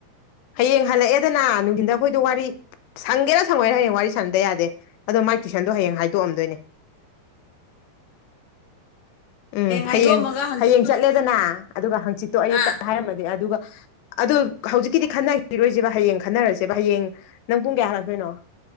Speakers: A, on the left; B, on the left.
A: ꯍꯌꯦꯡ ꯍꯜꯂꯛꯑꯦꯗꯅ ꯅꯨꯡꯗꯤꯟꯗ ꯑꯈꯣꯏꯗꯣ ꯋꯥꯔꯤ ꯁꯪꯒꯦꯔ ꯁꯪꯉꯣꯏꯔ ꯍꯌꯦꯡ ꯋꯥꯔꯤ ꯁꯥꯟꯅꯗ ꯌꯥꯗꯦ ꯑꯗꯣ ꯃ ꯃꯥꯏ ꯇꯨꯏꯁꯟꯗꯣ ꯍꯌꯦꯡ ꯍꯥꯏꯗꯣꯛꯑꯝꯗꯣꯏꯅꯦ ꯎꯝ
B: ꯍꯥꯏꯗꯣꯛꯑꯝꯃꯒ
A: ꯍꯌꯦꯡ
B: ꯍꯪꯆꯤꯠꯇꯨ
A: ꯍꯌꯦꯡ ꯆꯠꯂꯦꯗꯅ ꯑꯗꯨꯒ ꯍꯪꯆꯤꯠꯇꯣ ꯑꯌꯨꯛꯇ
B: ꯑꯥ
A: ꯍꯥꯏꯔꯝꯃꯗꯤ ꯑꯗꯨꯒ ꯑꯗꯨ ꯍꯧꯖꯤꯛꯀꯤꯗꯤ ꯈꯟꯅꯒꯤꯔꯣꯏꯖꯦꯕ ꯍꯌꯦꯡ ꯈꯟꯅꯔꯁꯦꯕ ꯍꯌꯦꯡ ꯅꯪ ꯄꯨꯡ ꯀꯌꯥ ꯍꯥꯜꯂꯛꯇꯣꯏꯅꯣ